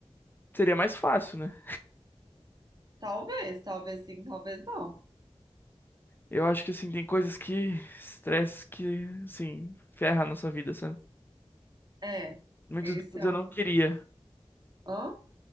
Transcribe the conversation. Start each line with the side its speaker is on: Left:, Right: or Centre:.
Left: Seria mais fácil, né?
Right: Talvez, talvez sim, talvez não.
Left: Eu acho que, assim, tem coisas que... Estresse que, assim, ferra a nossa vida, sabe?
Right: É,
Left: Muitos
Right: esse
Left: deles
Right: é
Left: eu
Right: um.
Left: não queria.
Right: Hã?